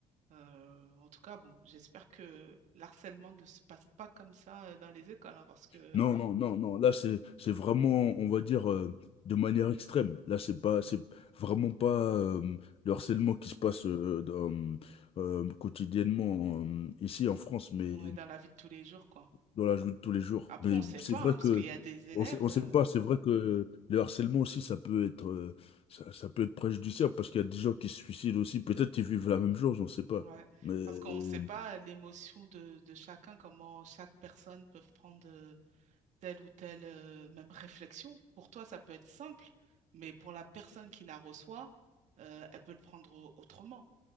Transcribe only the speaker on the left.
Non, non, non, non, là c'est c'est vraiment, on va dire, euh, de manière extrême. Là, c'est pas, c'est vraiment pas euh, le harcèlement qui se passe euh, dans- euh, quotidiennement euh, ici en France, mais
dans la joue de tous les jours.
Mais
c'est
vrai
que
on sait, on
sait pas, c'est vrai que le harcèlement aussi, ça peut être, euh, ça, ça peut être préjudiciable parce qu'il y a des gens qui se suicident aussi. Peut-être qu'ils vivent la même chose, on sait pas.
Mais euh,